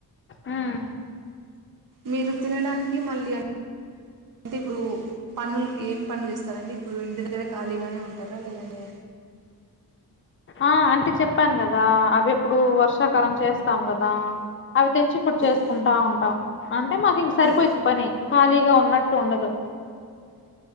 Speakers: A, on the left (about 35°); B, on the right (about 55°).
A: ఉమ్
B: మీరు తినడానికి మళ్ళీ అంటే ఇప్పుడు పన్లు ఏం పనులు చేస్తారండి ఇప్పుడు ఇంటి దగ్గర ఖాళీగానే ఉంటారా లేదంటె
A: ఆ అంటె చెప్పాను కదా అవి ఇ ప్పుడు వర్షాకాలం చేస్తాం కదా అవి తెచ్చి ఇప్పుడు చేసుకుంటా
B: ఓకే
A: ఉంటాం అంటే మాకు ఇంక సరిపోయిద్ది
B: అన్
A: పని ఖాళీగా ఉన్నట్టు ఉండదు